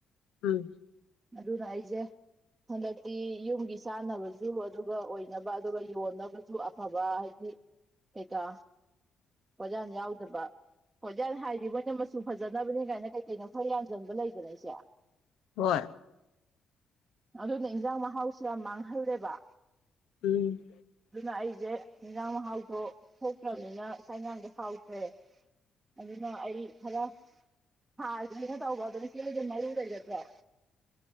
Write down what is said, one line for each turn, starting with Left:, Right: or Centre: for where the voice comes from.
Left: ꯎꯝ
Right: ꯑꯗꯨꯅ ꯑꯩꯖꯦ ꯍꯟꯗꯛꯇꯤ ꯌꯨꯝꯒꯤ ꯆꯥꯅꯕꯖꯨ ꯑꯗꯨꯒ ꯑꯣꯏꯅꯕ ꯑꯗꯨꯒ ꯌꯣꯟꯅꯕꯖꯤ ꯑꯐꯕ ꯍꯥꯏꯗꯤ ꯀꯩꯀꯥ ꯄꯣꯠꯌꯥꯟ ꯌꯥꯎꯗꯕ ꯄꯣꯠꯌꯥꯟ ꯍꯥꯏꯗꯤ ꯃꯣꯏ ꯃꯆꯨ ꯐꯖꯅꯕꯅꯤ ꯀꯥꯏꯅ ꯀꯩ ꯀꯩꯅꯣ ꯈꯔ ꯌꯥꯖꯟꯕ ꯂꯩꯗꯅ ꯏꯆꯦ
Left: ꯍꯣꯏ
Right: ꯑꯗꯨꯅ ꯏꯟꯖꯥꯡ ꯃꯍꯥꯎꯁꯨ ꯌꯥꯝ ꯃꯥꯡꯍꯜꯂꯦꯕ
Left: ꯎꯝ
Right: ꯑꯗꯨꯅ ꯑꯩꯁꯦ ꯏꯟꯖꯥꯡ ꯃꯍꯥꯎꯗꯣ ꯊꯣꯛꯇ꯭ꯔꯕꯅꯤꯅ ꯆꯥꯛ ꯏꯟꯁꯥꯡꯗꯣ ꯍꯥꯎꯇ꯭ꯔꯦ ꯑꯗꯨꯅ ꯑꯩ ꯈꯔ ꯊꯥꯒꯦꯅ ꯇꯧꯕ ꯑꯗꯨ ꯏꯆꯦ ꯍꯣꯏꯗ ꯃꯔꯨ ꯂꯩꯒꯗ꯭ꯔꯣ